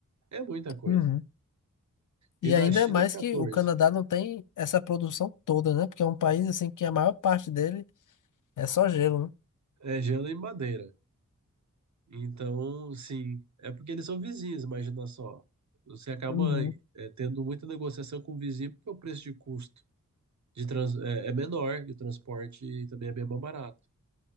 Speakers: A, on the right; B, on the left.
A: É muita coisa.
B: Uhum.
A: E
B: E
A: da
B: ainda
A: China
B: mais
A: é 14.
B: que o Canadá não tem essa produção toda, né? Porque é um país, assim, que a maior parte dele é só gelo, né?
A: É gelo e madeira. Então, sim, é porque eles são vizinhos, imagina só. Você acaba
B: Uhum,
A: é, tendo muita negociação com o vizinho porque o preço de custo de trans, é, é menor e o transporte também é bem mais barato.